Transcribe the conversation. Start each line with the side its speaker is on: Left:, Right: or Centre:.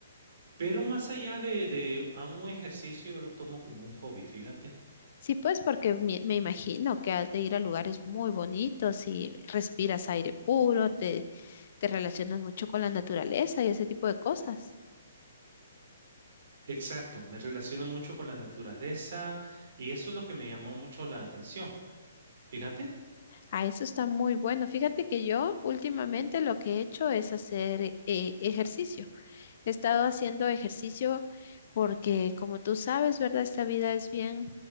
Right: pero más allá de, de a un ejercicio, yo lo tomo como un hobby, fíjate.
Left: Sí, pues porque me, me imagino que has de ir a lugares muy bonitos y respiras aire puro, te, te relacionas mucho con la naturaleza y ese tipo de cosas.
Right: Exacto, me relaciono mucho con la naturaleza y eso es lo que me llamó mucho la atención. Fíjate,
Left: Ah, eso está muy bueno. Fíjate que yo últimamente lo que he hecho es hacer eh, ejercicio. He estado haciendo ejercicio porque, como tú sabes, ¿verdad? Esta vida es bien